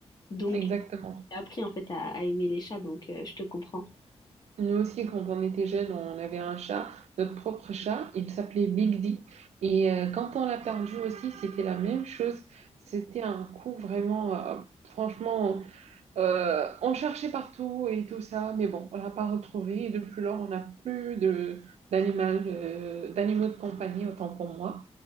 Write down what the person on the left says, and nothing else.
Donc,
j'ai appris en fait à, à aimer les chats. Donc, euh, je te comprends.